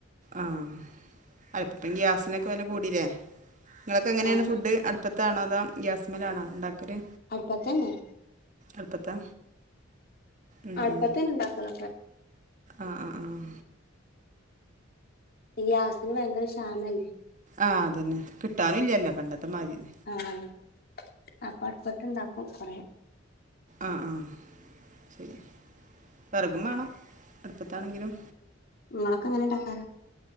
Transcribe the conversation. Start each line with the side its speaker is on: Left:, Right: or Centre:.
Right: ആഹ്‌ അപ്പം ഗ്യാസിനൊക്കെ വെല കൂടീല്ലേ. നിങ്ങളൊക്ക എങ്ങനെയാണ്
Left: ആഹ്
Right: ഫുഡ് അടുപ്പ ത്താണോ അതോ ഗ്യാസിമ്മലാണോ ഉണ്ടാക്കല്?
Left: അട്പ്പത്തന്നെ.
Right: അട്പ്പത്താ? ഉം
Left: അടുപ്പത്തന്നെ
Right: ഉം
Left: ഉണ്ടാക്കലൊക്കെ
Right: ആഹ്‌ ആഹ്‌ ആഹ്‌
Left: ഗ്യാസിന് ഭയങ്കര ക്ഷാമല്ലേ
Right: ആഹ് അതെന്നെ കിട്ടാനില്ല്യല്ലോ പണ്ടത്തമാതിരി
Left: ആഹ്‌ അപ്പടുപ്പത്തുണ്ടാക്കും കൊറേ
Right: ആഹ്‌ ആഹ്‌ വെറകും മാണം അടുപ്പത്താണെങ്കിലും.
Left: ഇങ്ങളൊക്ക എങ്ങനാ ഇണ്ടാക്കാ